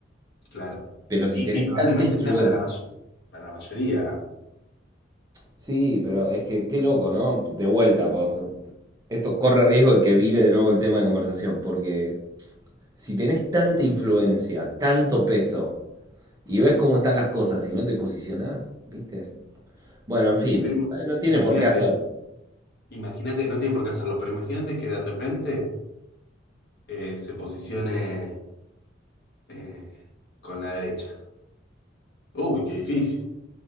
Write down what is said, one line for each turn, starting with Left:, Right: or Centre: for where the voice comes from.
Left: Claro.
Right: Pero si
Left: Y,
Right: tenés
Left: y probablemente
Right: tanta influencia.
Left: sea para la may- para la mayoría. ¿eh?
Right: Sí, pero es que qué loco, ¿no? De vuelta, po, o sea, esto corre riesgo de que vire de nuevo el tema de conversación, porque si tenés tanta influencia, tanto peso, y ves cómo están las cosas y no te posicionás, ¿viste? Bueno, en fin,
Left: Y pero ima-
Right: eh, no tiene
Left: imagínate,
Right: por qué hacer.
Left: imagínate, no tiene por qué hacerlo, pero imagínate que de repente eh, se posicione eh, con la derecha. Uy, qué difícil.